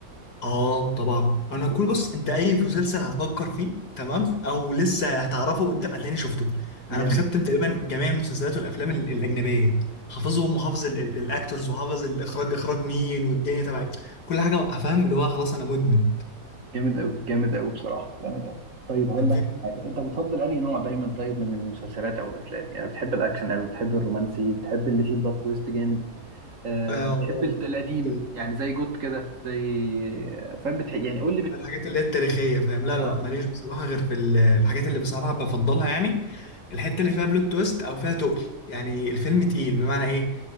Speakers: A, on the left; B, on the right.
A: اه طبعا انا
B: Walking.
A: كل بص انت اي مسلسل هتفكر فيه تمام او لسه هتعرفه قدام هتلاقيني شفته
B: جامد
A: انا مختم تقريبا جميع المسلسلات والافلام ال- الاجنبيه حافظهم وحافظ ال- ال- الاكتورز وحافظ الاخراج اخراج مين والدنيا تبعي كل حاجه افهم اللي هو خلاص انا مدمن
B: جامد قوي جامد قوي بصراحه جامد قوي طيب هقول
A: كان
B: لك
A: في
B: حاجه انت بتفضل انهي نوع دايما طيب من المسلسلات او الافلام يعني بتحب الاكشن قوي بتحب الرومانسي بتحب اللي فيه بلوت تويست جامد آه
A: اه
B: بتحب الت- القديم
A: آه.
B: يعني زي جوت كده زي فاهم بتحب يعني قول لي بت...
A: الحاجات اللي هي التاريخية فاهم لا لا
B: اه قول
A: ماليش
B: لي
A: بصراحة غير في ال- الحاجات اللي بصراحة بفضلها يعني الحتة اللي فيها بلوت تويست أو فيها تقل يعني الفيلم تقيل بمعنى إيه